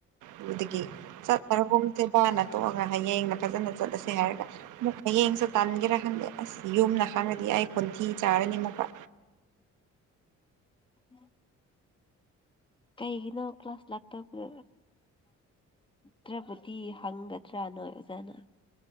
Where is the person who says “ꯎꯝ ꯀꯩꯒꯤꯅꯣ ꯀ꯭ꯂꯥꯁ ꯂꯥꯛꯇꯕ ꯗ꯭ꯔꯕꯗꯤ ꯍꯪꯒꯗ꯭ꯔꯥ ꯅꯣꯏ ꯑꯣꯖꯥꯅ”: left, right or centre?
Left